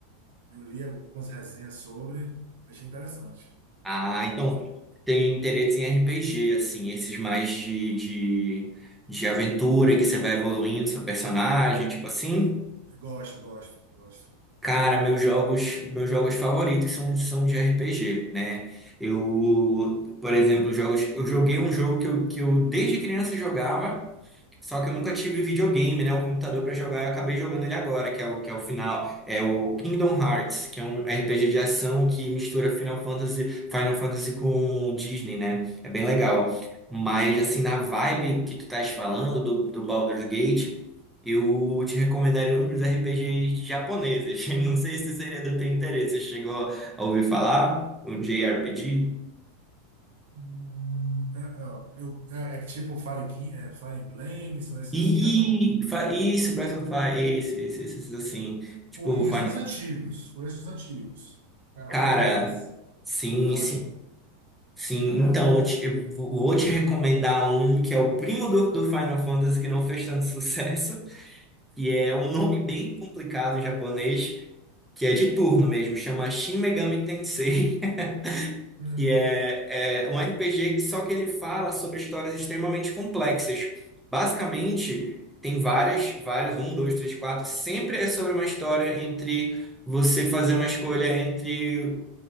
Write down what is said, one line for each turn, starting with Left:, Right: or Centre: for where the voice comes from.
Right: Eu li algumas resenhas sobre, achei interessante.
Centre: Ah, então tem interesse em RPG, assim, esses mais de, de, de aventura que você vai evoluindo seu personagem, tipo assim.
Right: E- Gosto, gosto, gosto.
Centre: Cara, meus jogos, meus jogos favoritos são, são de RPG, né? Eu, por exemplo, jogos, eu joguei um jogo que eu, que eu desde criança jogava só que eu nunca tive videogame, né? O computador pra jogar, eu acabei jogando ele agora, que é o, que é o final. É o Kingdom Hearts, que é um RPG de ação que mistura Final Fantasy, Final Fantasy com Disney, né? É bem legal. Mas, assim, na vibe que tu estás falando do, do Baldur's Gate, eu te recomendaria um dos RPGs japoneses. <laughs> Não sei se seria do teu interesse. Você chegou a ouvir falar? O JRPG?
Right: Hum, é, é, eu, é, é que tipo Fire, Ki- é, Fire Emblem, são esses
Centre: E
Right: assim, eu são,
Centre: fa- isso, Breath of Fire, esse, esse, esse, assim. Tipo,
Right: conheço
Centre: o Final
Right: os antigos, conheço os antigos. Final
Centre: Cara,
Right: Fantasy.
Centre: sim,
Right: Gosto.
Centre: sim, sim. Então, eu te- eu vou te <laughs> recomendar um que é o primo do, do Final Fantasy que não fez tanto <laughs> sucesso, e é um nome bem complicado em japonês, que é de turno mesmo, chama Shin Megami Tensei, <laughs>
Right: Uhum.
Centre: que é, é um RPG que só que ele fala sobre histórias extremamente complexas. Basicamente, tem várias, várias, um, dois, três, quatro, sempre é sobre uma história entre você fazer uma escolha entre